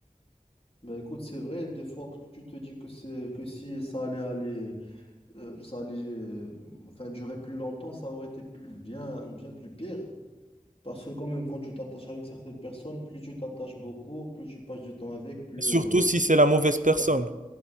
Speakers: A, on the left; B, on the right.
A: Bah écoute, c'est vrai, des fois que tu te dis que c'est que si ça allait aller euh, ça allait, euh, enfin, durer plus longtemps, ça aurait été plus, bien, bien plus pire. Parce que quand même, quand tu t'attaches à une certaine personne, plus tu t'attaches beaucoup, plus tu passes du temps avec, plus...
B: Et surtout
A: euh,
B: si c'est la mauvaise personne,